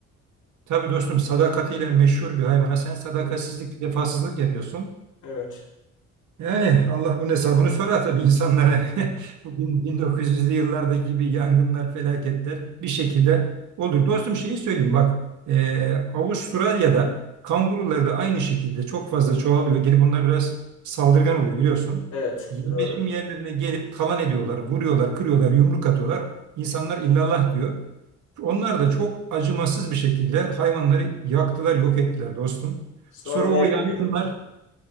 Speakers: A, on the right; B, on the left.
A: Tabii dostum sadakatiyle meşhur bir hayvana sen sadakatsizlik,
B: Evet.
A: vefasızlık yapıyorsun.
B: Evet,
A: Yani Allah bunun hesabını sorar tabii insanlara. <laughs> Bu bin- 1900'lü yıllardaki gibi yangınlar, felaketler bir şekilde olur. Dostum şeyi söyleyeyim bak. e, Avustralya'da kangurular da aynı şekilde çok fazla çoğalıyor. Gelip bunlar biraz saldırgan oluyor biliyorsun.
B: evet,
A: Yerleşim
B: doğru.
A: yerlerine gelip talan ediyorlar, vuruyorlar, kırıyorlar, yumruk atıyorlar. İnsanlar illallah diyor. Onlar da çok acımasız bir şekilde hayvanları yaktılar, yok ettiler dostum.
B: Sonra
A: Sonra
B: ne
A: o yangınlar
B: gibi?